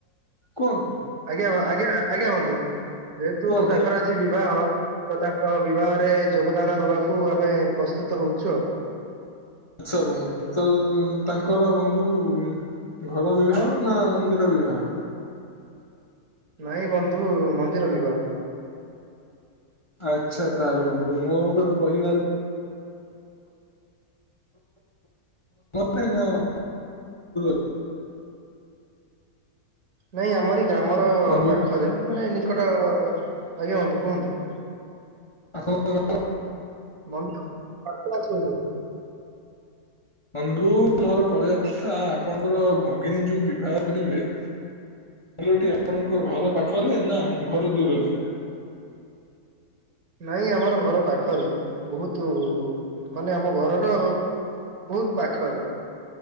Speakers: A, on the left; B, on the right.
A: କୁଅନ୍ତୁ।
B: ଆଜ୍ଞା ଆଜ୍ଞା ଆଜ୍ଞା ବନ୍ଧୁ ଯେହେତୁ
A: କୁହନ୍ତୁ।
B: ତାଙ୍କର ଆ ଜି ବିବାହ ତ ତାଙ୍କ ବିବାହରେ ଯୋଗଦାନ ଦବାକୁ ଆମେ ପ୍ରସ୍ତୁତ ହୋଉଚୁ ଆଉ।
A: <unintelligible> ତାଙ୍କର ବନ୍ଧୁ ଘର ବିବାହ ନା ମନ୍ଦିର ବିବାହ?
B: ନାଇଁ ବନ୍ଧୁ ମନ୍ଦିର ବିବାହ।
A: ଆଚ୍ଛା ତାଏଲେ ବନ୍ଧୁ ମୋର କହିବାର ନା <unintelligible> <unintelligible>
B: ନାଇଁ ଆମରି ଗ୍ରାମର
A: ବନ୍ଧୁ
B: ପାଖରେ, ମାନେ ନିକଟ, ଆଜ୍ଞା ବନ୍ଧୁ କୁହନ୍ତୁ?
A: <unintelligible>
B: ମମିସି <unintelligible>
A: ବନ୍ଧୁ ମୋର କହିବା କଥା, ଆପଣଙ୍କର ଭଗିନୀ ଯୋଉ ବିବାହ କରିବେ ଗ୍ରାମ ଟି ଆପଣ ଙ୍କ ଘର ପାଖରେ ନା ଘର ଦୂରରେ?
B: ନାଇଁ ଆମର ଘର ପାଖରେ, ବହୁତୁ ମାନେ ଆମ ଘରର ବହୁତ ପାଖରେ